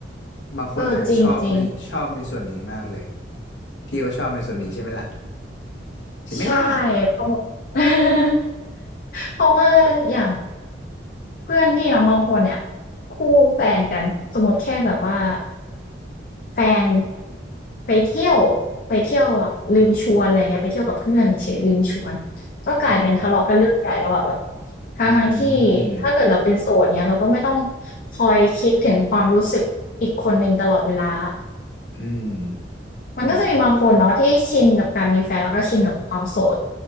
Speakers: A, on the left; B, on the left.
A: บางคนอาจจะชอบในชอบในส่วนนี้มากเลย
B: เออจริงจริง
A: พี่ก็ชอบในส่วนนี้ใช่ไหมล่ะใช่ไหมล่ะ
B: ใช่เพราะ <laughs> เพราะว่าอย่าง เพื่อนพี่เนาะบางคนเนี่ยคู่แฟนกันสมมติแค่แบบว่าแฟนไปเที่ยวไปเที่ยวแบบลืมชวนอะไรเงี้ยไปเที่ยวกับเพื่อนเฉยๆลืมชวนก็กลายเป็นทะเลาะกันเรื่องใหญ่แล้วอะแบบ
A: อืม
B: ทั้งทที่ถ้าเกิดเราเป็นโสดเนี้ยเราก็ไม่ต้อง
A: อืม
B: คอยคิดถึงความรู้สึกอีกคนหนึ่งตลอดเวลา
A: อืมใช่ไหม
B: มันก็จะมีบางคนเนาะที่ชินกับการมีแฟนแล้วก็ชินกับความโสด